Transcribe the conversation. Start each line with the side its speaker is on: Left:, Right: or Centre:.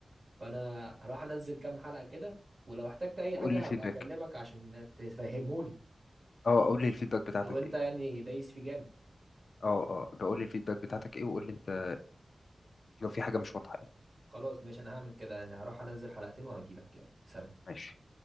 Right: فانا هروح انزل كام حلقة كده ولو احتجت اي
Left: وقول
Right: حاجة
Left: لي الفيدباك
Right: هبقى اكلمك عشان تفهمهولي اكيد
Left: اه قول لي الفيدباك بتاعتك
Right: لو انت
Left: ايه
Right: يعني دايس في جامد
Left: اه اه بقول لي الفيدباك بتاعتك ايه وقول لي انت لو في حاجه مش واضحه يعني
Right: خلاص ماشي انا هعمل كده يعني هروح انزل حلقتين وهجيلك يلا سلام
Left: ماشي